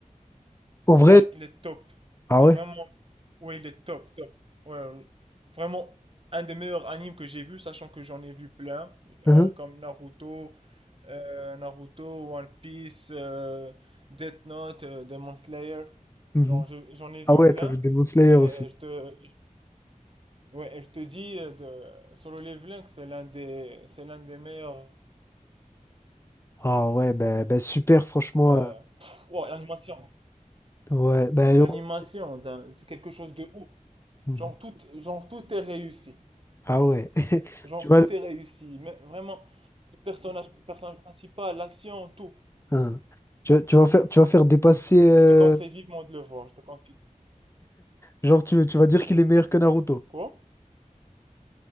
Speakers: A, on the right; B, on the left.
A: Frère,
B: En vrai,
A: il est top.
B: ah
A: C'est
B: ouais.
A: vraiment Oui, il est top, top. Ouais, vraiment un des meilleurs animes que j'ai vu, sachant que j'en ai vu plein, euh,
B: Hein,
A: comme Naruto, euh, Naruto, One Piece, euh, Death Note, euh, Demon Slayer.
B: mhm.
A: Genre, je- j'en ai vu
B: Ah ouais,
A: plein.
B: t'as vu Demon Slayer
A: Et
B: aussi.
A: je te, ouais, et je te dis euh, de Solo Leveling, c'est l'un des, c'est l'un des meilleurs.
B: Ah ouais, ben ben super, franchement.
A: euh,
B: euh,
A: pff, wow, l'animation.
B: ouais, ben.
A: Et l'animation,
B: oh,
A: c'est un- c'est quelque chose de ouf.
B: mhm.
A: Genre tout, genre tout est réussi.
B: Ah ouais. <laughs>
A: Genre,
B: Tu vois,
A: tout est réussi. Mais vraiment, le personnage, le personnage principal, l'action, tout.
B: Hein. Tu, vas- tu vas faire, tu vas faire dépasser. euh,
A: Je te conseille vivement de le voir. Je te conseille.
B: genre, tu, tu vas dire qu'il est meilleur que Naruto.
A: Quoi?